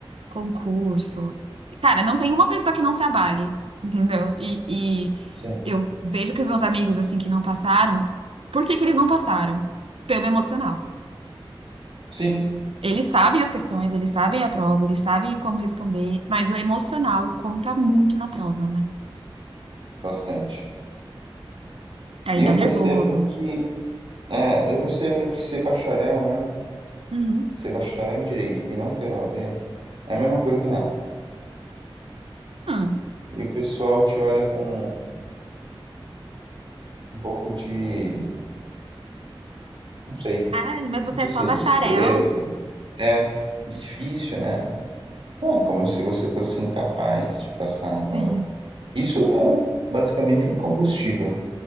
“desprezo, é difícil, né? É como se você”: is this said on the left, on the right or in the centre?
Right